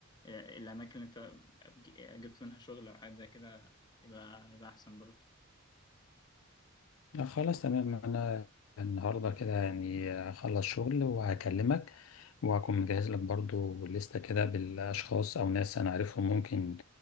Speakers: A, on the left (about 20°); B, on the left (about 75°).
A: الأماكن اللي أنت ج- جبت منها شغل أو حاجة زي كده يبقى يبقى أحسن برضو
B: آه خلاص تمام انا النهارده كده يعني اخلص شغل وهكلمك وهكون مجهز لك برضو لستة كده بالاشخاص او ناس انا عارفهم ممكن